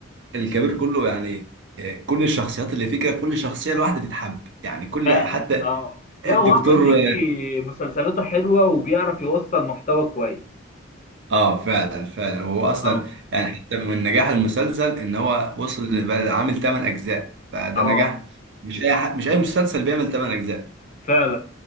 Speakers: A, on the right; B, on the left.
A: الكبير كله يعني آه، كل الشخصيات اللي فيه كده كل شخصية لوحدها تتحب يعني كل
B: فعلا
A: حتى
B: اه لا
A: الدكتور
B: هو احمد مكي مسلسلاته حلوه وبيعرف يوصل محتوى كويس
A: اه فعلا فعلا هو اصلا
B: اه
A: يعني حتى من نجاح المسلسل ان هو وصل لبقى عامل 8 اجزاء فده
B: اه
A: نجاح مش اي حد مش اي مسلسل بيعمل 8 اجزاء
B: فعلا